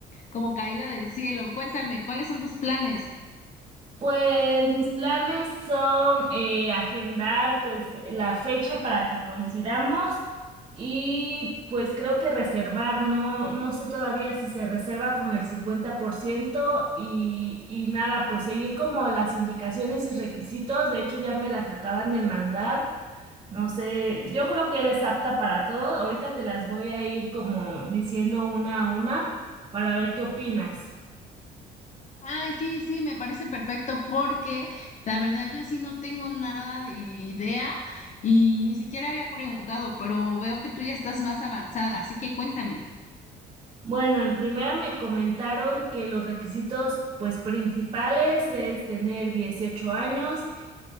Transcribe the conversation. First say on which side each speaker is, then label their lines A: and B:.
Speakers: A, on the left; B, on the right.
A: como caída del cielo. Cuéntame, ¿cuáles son tus planes?
B: Pues mis planes son eh, agendar pues la fecha para que coincidamos y pues creo que reservar, no, no sé todavía si se reserva con el 50% y, y nada, pues seguir como las indicaciones y requisitos, de hecho ya me las acaban de mandar. No sé, yo creo que eres apta para todo. Ahorita te las voy a ir como diciendo una a una para ver qué opinas.
A: Ay, sí, sí, me parece perfecto porque la verdad yo sí no tengo nada de idea y ni siquiera había preguntado, pero veo que tú ya estás más avanzada, así que cuéntame.
B: Bueno, en primera me comentaron que los requisitos pues principales es tener 18 años